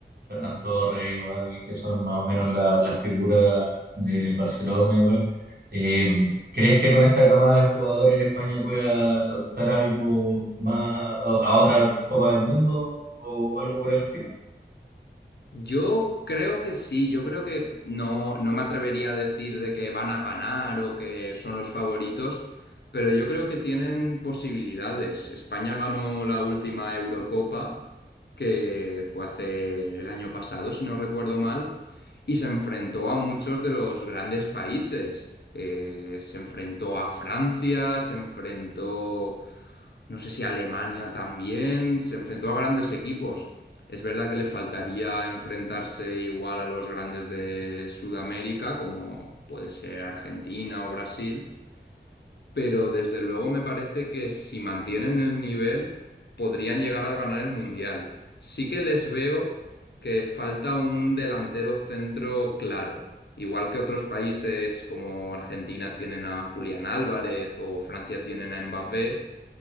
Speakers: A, on the right; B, on the left.
A: Ferran Torres, igual, que son más o menos la- las figuras del Barcelona, igual. Eh, ¿crees que con esta camada de jugadores España pueda optar a algo más, a, a otra Copa del Mundo o algo por el estilo?
B: Yo creo que sí, yo creo que no, no me atrevería a decir de que van a ganar o que son los favoritos, pero yo creo que tienen posibilidades. España ganó la última Eurocopa, que fue hace el año pasado, si no recuerdo mal, y se enfrentó a muchos de los grandes países. Eh, se enfrentó a Francia, se enfrentó no sé si Alemania también, se enfrentó a grandes equipos. Es verdad que le faltaría enfrentarse igual a los grandes de Sudamérica, como puede ser Argentina o Brasil, pero desde luego me parece que si mantienen el nivel podrían llegar a ganar el Mundial. Sí que les veo que falta un delantero centro claro. Igual que otros países como Argentina tienen a Julián Álvarez o Francia tienen a Mbappé,